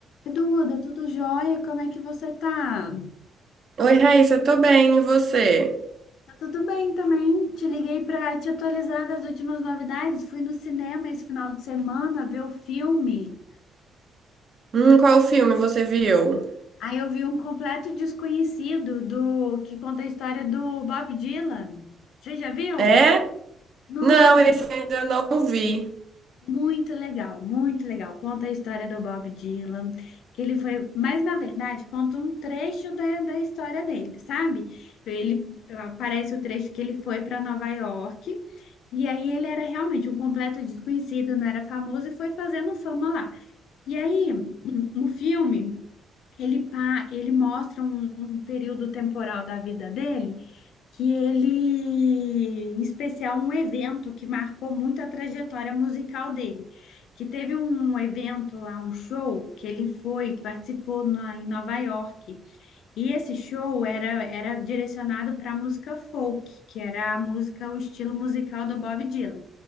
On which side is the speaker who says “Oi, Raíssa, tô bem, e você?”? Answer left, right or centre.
Right